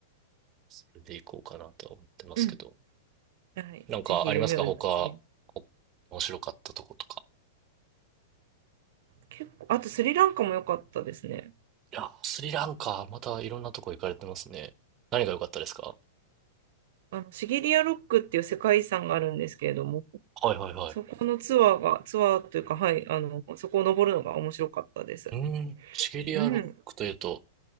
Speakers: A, on the right; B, on the right.
A: それでいこうかなとは思ってますけど。
B: うん。はい。
A: なんかありますか他、
B: ぜひ夢を実現。
A: お面白かったとことか。
B: 結構、あとスリランカも良かったですね。
A: いやスリランカ、またいろんなとこ行かれてますね。何が良かったですか
B: あの、シギリアロックっていう世界遺産があるんですけれども、
A: はいはいはい。
B: そこのツアーが、ツアーというか、はい、あの、そこを登るのが面白かったです。
A: うーん、シベリアロックというと、
B: うん。